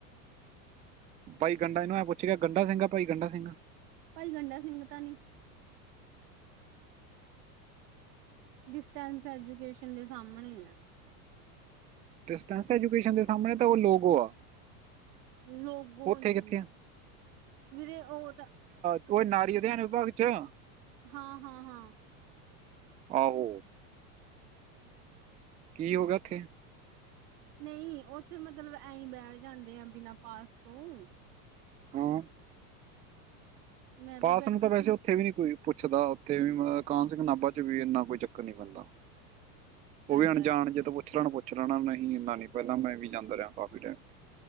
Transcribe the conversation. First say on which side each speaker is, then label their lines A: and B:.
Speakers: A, on the right (about 15°); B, on the right (about 75°).
A: ਬਾਈ ਗੰਡਾ ਇਹਨੂੰ ਇਹ ਪੁੱਛ ਗਿਆ, ਗੰਡ ਸਿੰਘ ਭਾਈ ਗੰਡਾ ਸਿੰਘ
B: ਭਾਈ ਗੰਡਾ ਸਿੰਘ ਤਾਂ ਨੀ, ਡਿਸਟੈਂਸ ਐਜੂਕੇਸ਼ਨ ਦੇ ਸਾਹਮਣੇ ਆ
A: ਡਿਸਟੈਂਸ ਐਜੂਕੇਸ਼ਨ ਦੇ ਸਾਹਮਣੇ ਤਾਂ ਉਹ ਲੋਗੋ ਆ
B: ਲੋਗੋ
A: ਉੱਥੇ
B: ਨੀ,
A: ਕਿੱਥੇ ਆ
B: ਵੀਰੇ ਉਹ ਤਾਂ
A: ਉਹੇ ਨਾਰੀ ਅਧਿਆਨ ਵਿਭਾਗ ਚ-
B: ਹਾਂ-ਹਾਂ-ਹਾਂ!
A: ਆਹੋ। ਕੀ ਹੋਗਾ ਇੱਥੇ-
B: ਨਹੀਂ ਉੱਥੇ ਮਤਲਬ ਐਸੀਂ ਬੈਠ ਜਾਂਦੇ ਆ ਬਿਨਾਂ ਪਾਸ ਤੋਂ
A: ਹੂੰ।
B: ਮੈਂ
A: ਪਾਸ
B: ਵੀ ਬੈਠੀ
A: ਨੂੰ ਤਾਂ ਵੈਸੇ
B: ਸੀ
A: ਉੱਥੇ ਵੀ ਨੀ ਕੋਈ- ਪੁੱਛਦਾ ਉੱਥੇ ਵੀ ਮਤਲਬ ਕਾਨ ਸਿੰਘ ਨਾਭਾ ਚ ਵੀ ਇੰਨਾ ਕੋਈ ਚੱਕਰ ਨੀ ਪੈਂਦਾ
B: ਕਹਿੰਦਾ
A: ਉਹ ਵੀ ਅਣਜਾਣ
B: ਆ
A: ਜੇਦ ਪੁੱਛ ਲੈਣ ਪੁੱ- ਚਲਾਣਾ ਨਹੀਂ ਇੰਨਾ ਨਹੀਂ ਪਹਿਲਾਂ ਮੈਂ ਵੀ ਜਾਂਦਾ ਰਿਹਾ ਕਾਫੀ ਟਾਈਮ-